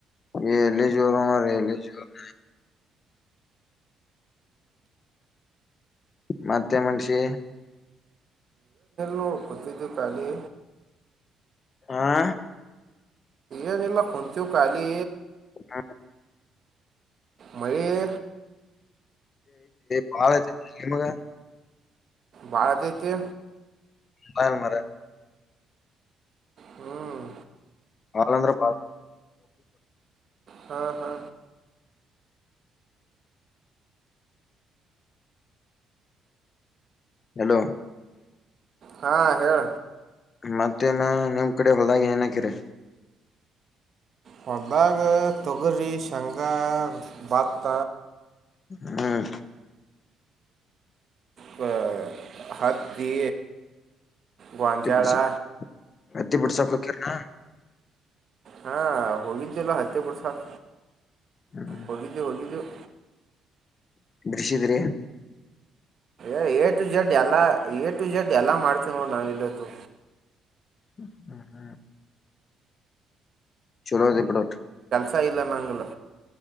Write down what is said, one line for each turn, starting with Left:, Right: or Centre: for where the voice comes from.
Left: ಇ ಎಲಿ ಜೋರುಮ ರ ಎಲಿ ಚೋರು ಮತ್ತೆ ಮನುಷಿ
Right: ಗಟ್ಟಿದ ಕಾಲಿ
Left: ಆಾ
Right: ಏನಿಲ್ಲ ಕುಂತೀವಿ ಖಾಲಿ
Left: ಹಾ
Right: ಮರ
Left: ಪಳ ಚಮಗೆ
Right: ಭಾರತಕ್ಕೆ
Left: ಹಾಲ್ ಮರ
Right: ಹ್ಮ್
Left: ಆಾಲಂದ್ರೆ ಬ
Right: ಹಾ ಹಾ
Left: ಹಲೋ
Right: ಹಾ ಹೇಳ
Left: ಮತ್ತೇನ ನಿಮ್ ಕಡೆ ಹೊಲ ಏನ್ ಆಕಿರಿ
Right: ಹೊದ್ದಾಗ ತೊಗರಿ ಶಂಗ ಬತ್ತ
Left: ಹ್ಮ್
Right: ಕೊ ಹತ್ತಿ ಗ್ವಾನ್ಜಾಳಾ
Left: ಹತ್ತಿ ಬಿಡ್ಸ ಹತ್ತಿ ಬಿಡಿಸಕ್ ಹೊಕ್ಕಿರನು
Right: ಹಾ ಹೋಗಿದ್ದುಲ್ಲ ಹತ್ತೆ ಬಿಡ್ಸಾಕ
Left: ಹ್ಮ್
Right: ಹೋಗಿದ್ದು ಹೋಗಿದ್ದುವಿ.
Left: ಬಿಡಿಸಿದ್ರಿ
Right: ಏ ಎಟು ಜೆಡ್ ಎಲ್ಲ ಎಟು ಜೆಡ್ ಎಲ್ಲ ಮಾಡ್ತೀವ ನೋ ನಾವ್ ಇಲ್ಲತ್ತು
Left: ಹ್ಮ ಹ್ಮ್ ಚಲೋದಿ ಬಿಡಟ್
Right: ತ್ತ್ ಇಲ್ಲ ನಂಗಲ್ಲ